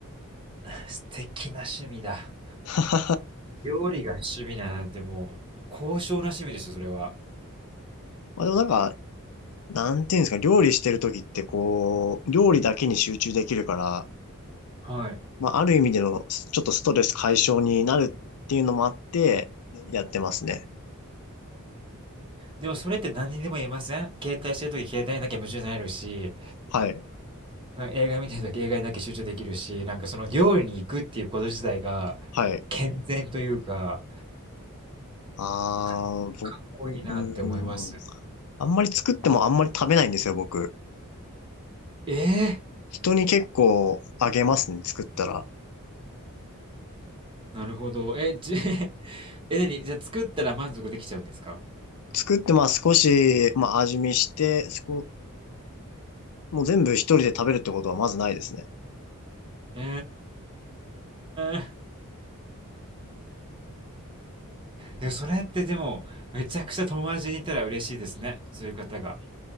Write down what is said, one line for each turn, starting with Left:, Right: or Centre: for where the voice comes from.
Right: <laughs> 素敵な趣味だ。
Left: <laughs>
Right: 料理が趣味なんてもう、高尚な趣味ですよ、それは。
Left: まあでもなんか、なんていうんですか、料理してる時ってこう、料理だけに集中できるから、
Right: はい。
Left: まあある意味でのちょっとストレス解消になるっていうのもあって、やってますね。
Right: でもそれって何にでも言えません携帯してるとき携帯なきゃ夢中になれるし、
Left: はい。
Right: なんか映画見てるとき映画にだけ集中できるし、なんかその料理に行くっていうこと自体が、
Left: はい。
Right: 健全というか、
Left: ああ、
Right: かかっこいいなって思います。
Left: 僕、うーん。あんまり作ってもあんまり食べないんですよ、僕。
Right: ええ
Left: 人に結構あげますね、作ったら。
Right: なるほど。え、じ、<laughs> え、何じゃあ作ったら満足できちゃうんですか
Left: 作って、まあ少し、まあ味見して、そこ、もう全部一人で食べるってことはまずないですね。
Right: えー、でもそれってでも、めちゃくちゃ友達にいたら嬉しいですね。そういう方が。